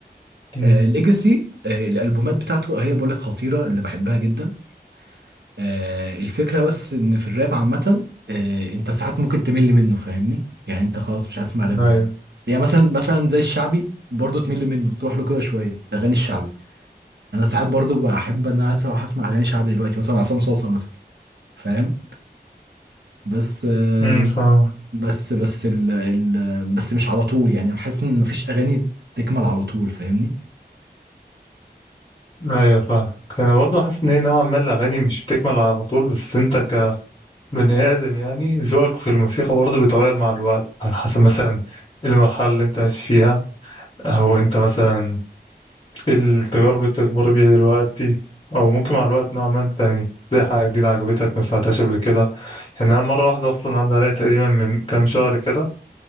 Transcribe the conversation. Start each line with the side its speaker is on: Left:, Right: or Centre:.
Left: أمم
Right: آه ليجاسي آه الالبومات بتاعته هي بقول لك خطيره اللي بحبها جدا آه، الفكرة بس ان في الراب عامة آه، انت ساعات ممكن تمل منه فاهمني يعني انت خلاص مش هتسمع راب
Left: أيوه
Right: النهارده يعني مثلا مثلا زي الشعبي برضه تمل منه تروح له كده شوية اغاني الشعبي انا ساعات برضه بحب ان انا اروح اسمع اغاني شعبي دلوقتي مثلا عصام صوصة مثلا فاهم بس آه،
Left: أمم فاهم
Right: بس بس ال ال بس مش على طول يعني بحس ان مفيش اغاني تكمل على طول فاهمني
Left: ايوه فاهم انا برضه حاسس ان هي نوعا ما الاغاني مش بتكمل على طول بس انت كبني ادم يعني ذوقك في الموسيقى برضه بيتغير مع الوقت على حسب مثلا إيه المرحله اللي انت ماشي فيها او انت مثلا إيه التجارب اللي انت بتمر بيها دلوقتي او ممكن مع الوقت نوعا ما انت يعني تلاقي حاجه جديده عجبتك ما سمعتهاش قبل كده يعني انا مره واحده اصلا عدى عليا تقريبا من كام شهر كده